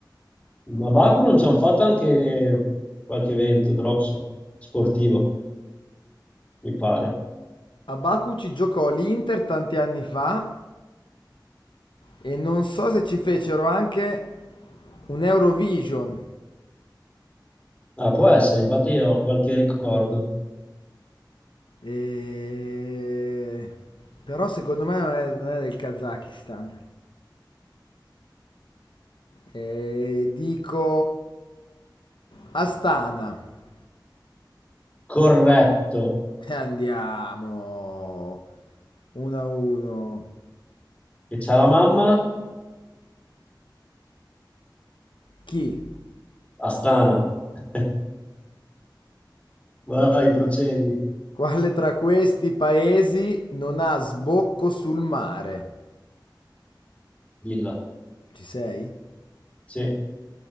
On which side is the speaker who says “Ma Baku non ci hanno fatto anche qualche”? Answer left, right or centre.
Left